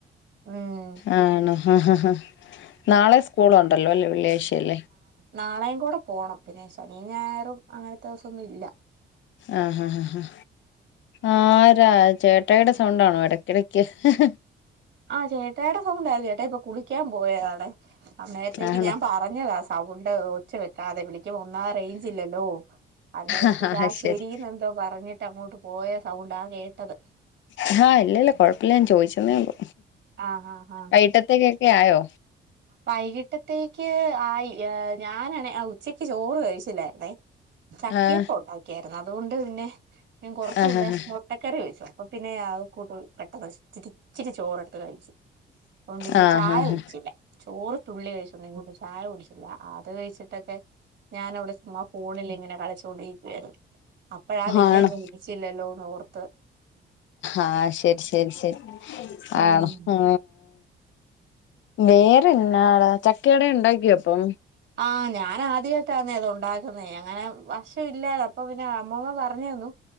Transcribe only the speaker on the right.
<unintelligible>
നാളെയുംകൂടെ പോണം പിന്നെ ഞായറും ശനി അങ്ങനത്തെ ദവസം ഒന്നുംഇല്ല
ആ ചേട്ടേയുടെ സൗണ്ടായി ചേട്ടാ ഇപ്പൊ കുളിക്കാൻ പോയതാണ് അന്നേരത്തേക്ക്
ഞാൻ പറഞ്ഞതാ സൗണ്ട് ഒച്ച വെക്കാതെ വിളിക്കു ഒന്നാ റേഞ്ച് ഇല്ലല്ലോ അന്നേരത്തേക്ക്
ആ
ശരിന്ന് എന്തോ പറഞ്ഞിട്ട് അങ്ങോട്ട് പോയ സൗണ്ട് ആ കേട്ടത്
ആഹ് ആഹ് ആഹ്
വൈകിട്ടത്തേക്ക് ആയി ഞാനണ ഉച്ചക്ക് ചോറ് കഴിച്ചില്ലായിുന്നേ ചക്കയപ്പോ
ഉണ്ടാക്കിയായിരുന്നു അതൊണ്ട് പിന്നെ ഞാൻ കൊറച്ചൂമുൻപേ
മുട്ടക്കറി വെച്ചു അപ്പൊ പിന്നെ ആ കൂട് പെട്ടെന്ന് തി രി ചി രി ചോറെടുത്ത് കഴിച്ചു അതുകൊണ്ട് ഇന്ന്
ചായ
കുടിച്ചില്ല ചോറ് തുള്ളി കഴിച്ചോണ്ട ചായ കുടിച്ചില്ല അത് കഴിച്ചിട്ടൊക്കെ ഞാൻ അവിടെ് <unintelligible> ഇങ്ങനെ കളച്ച്കൊണ്ടിരികായിരുന്നു അപ്പോഴാണു
നിന്നെ വിളിച്ചില്ല ഓർത്തത്
ഉം
ആഹ് ഞാൻ ആദ്യമായിട്ടാന്നേ അത് ഉണ്ടാക്കുന്നേ അങ്ങനെ വഷം ഇല്ലാതെ അപ്പൊ പിന്നെ അമ്മമ്മ പറഞ്ഞു തന്നു